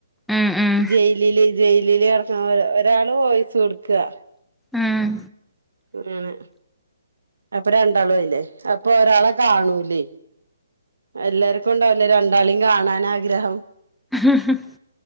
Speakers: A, in the centre; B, on the right.
A: ഉം ഉം
B: ജയിലില് ജയിലില് കിടക്കാ ഒരാളെ വോയിസ് കൊടുക്കുക
A: ആഹ്
B: അങ്ങനെ. അപ്പൊ രണ്ടാളും ആയിലേ.. അപ്പൊ ഒരാളെ കാണൂലെയ് എല്ലാര്ക്കും ഉണ്ടാവൂലേ രണ്ടാളിം കാണാനാഗ്രഹം
A: <unintelligible>